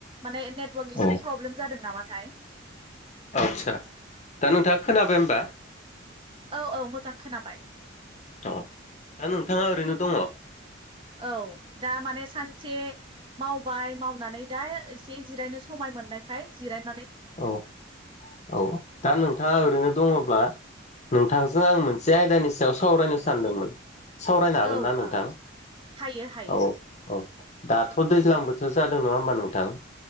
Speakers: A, on the right (about 25°); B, on the left (about 35°).
A: माने नेटवर्क
B: औ
A: एसे प्रब्लेम जादों नामाथाय?
B: औ आस्सा दा नोंथाङा खोनाबाय ओमबा?
A: औ औ मोजां खोनाबाय।
B: औ दा नोंथाङा ओरैनो दङ।
A: औ दा माने सानसे मावबाय मावनानै दा एसे जिरायनो समाय मोननायखाय जिरायनो
B: औ औ दा नोंथाङा ओरैनो दङ। अ नोंथांजों आं मोनसे आयदानि सायाव सावरायनो सानदोंमोन। सावरायनो हागोन
A: औ
B: ना नोंथां?
A: औ हायो हायो
B: औ औ दाथ दैज्लां बोथोर बेथ जादों नङा होमबा नोंथां?